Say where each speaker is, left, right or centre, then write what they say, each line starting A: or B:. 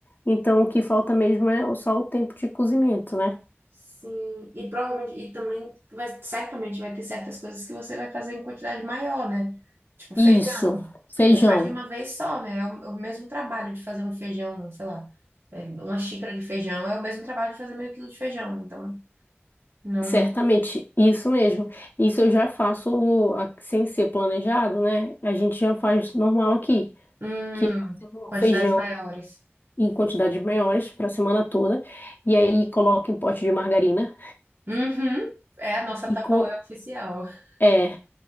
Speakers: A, on the left; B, on the right.
A: então o que falta mesmo é só o tempo de cozimento, né?
B: Sim, e provavelmente, e também vai, certamente vai ter certas coisas que você vai fazer em quantidade maior, né? Tipo feijão.
A: Isso, feijão.
B: Já faz de uma vez só, né? É o, é o mesmo trabalho de fazer um feijão, sei lá, é, uma xícara de feijão, é o mesmo trabalho de fazer meio quilo de feijão. Então, não.
A: Certamente, isso mesmo. Isso eu já faço o- a- sem ser planejado, né? A gente já faz normal aqui,
B: Hum,
A: que eu faço
B: quantidades
A: feijão
B: maiores.
A: em quantidades maiores para a semana toda, e aí coloco em pote de margarina
B: Uhum, é a nossa
A: e
B: Tupperware
A: co-
B: oficial. <laughs>
A: é